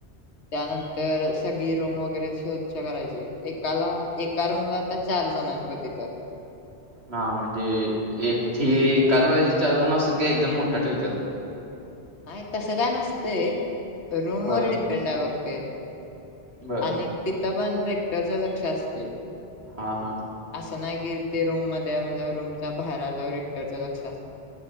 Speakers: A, on the left; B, on the right.
A: त्यानंतर सगळी रूम वगैरे स स्वच्छ करायची. एकाला एका रूम ला आता चार जण आहेत ब इथं.
B: हा म्हणजे एकी
A: हा
B: एकाच वेची चार जण असतात कि एक जण मोठा ठेवतात.
A: नाही तसं काय नसतय रूम
B: बर
A: वर डिपेंड आहे मग ते.
B: बर
A: आणि तिथं पण रेक्टरच लक्ष असते.
B: हा हा
A: असं नाही कि ते रूम मध्ये म्हनल्यावर रूमच्या बाहेर आल्यावर रक्टरचं लक्ष असत